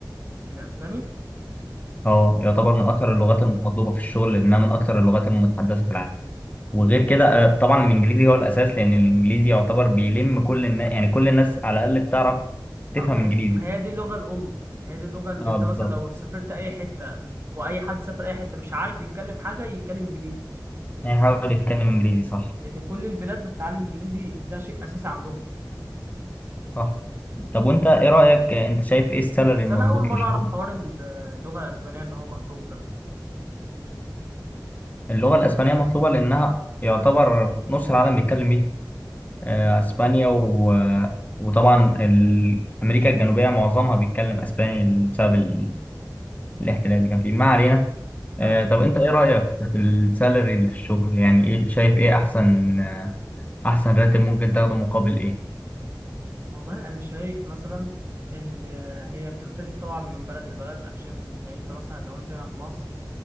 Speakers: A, on the right (about 35°); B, on the left (about 20°).
A: الأسباني
B: أه يعتبر من أكتر اللغات المطلوبة في الشغل لأنها من أكتر اللغات المتحدثة في العالم وغير كده آه، طبعا الإنجليزي هو الأساس لأن الإنجليزي يعتبر بيلم كل الناس يعني كل الناس على الأقل بتعرف تفهم
A: آه ما
B: إنجليزي
A: هي ما هي دي اللغة الأم هي دي اللغة اللي
B: أه
A: أنت
B: بالظبط
A: مثلا لو سافرت أي حتة وأي حد سافر أي حتة مش عارف يتكلم حاجة يتكلم إنجليزي
B: يعني يحاول يتكلم إنجليزي صح
A: لان كل البلاد بتتعلم انجليزي ده شيء اساسي عندهم
B: صح طب وأنت إيه رأيك آه، أنت شايف إيه السالري
A: بس
B: المظبوط
A: انا اول مره
B: للشغل؟
A: اعرف حوار ال- اللغه الاسبانيه ان هو مطلوب ده
B: اللغة الإسبانية مطلوبة لأنها يعتبر نص العالم بيتكلم بيها آه،
A: امم
B: أسبانيا و... آه، وطبعا ال- أمريكا الجنوبية معظمها بيتكلم أسباني بسبب ال... الاحتلال اللي كان فيه ما علينا
A: كمل
B: آه، طب
A: كنت
B: أنت
A: بتقول
B: إيه
A: حاجه
B: رأيك في السالري اللي في الشغل يعني إيه شايف إيه أحسن آه، أحسن راتب ممكن تاخده مقابل إيه
A: والله انا شايف مثلا ان هي بتختلف طبعا من بلد لبلد انا شايف ان انت مثلا لو انت هنا في مصر